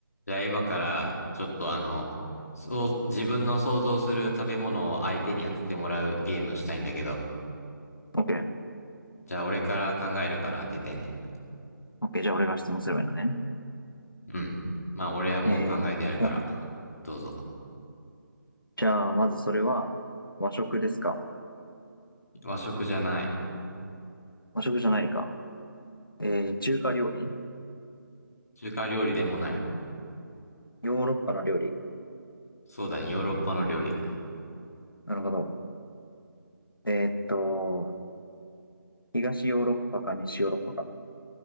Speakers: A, on the left (about 45°); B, on the left (about 85°).
A: じゃあ今からちょっとあの、そう、自分の想像する食べ物を相手に当ててもらうゲームしたいんだけど。
B: OK。
A: じゃあ俺から考えるから当ててね。
B: OK。じゃあ俺が質問すればいいのね。
A: うん。まあ俺はもう考えてやるから。
B: えーっと、
A: どうぞ。
B: じゃあまずそれは和食ですか
A: 和食じゃない。
B: 和食じゃないか。えー、中華料理
A: 中華料理でもない。
B: ヨーロッパの料理
A: そうだね、ヨーロッパの料理。
B: なるほど。えーっと、東ヨーロッパか西ヨーロッパか。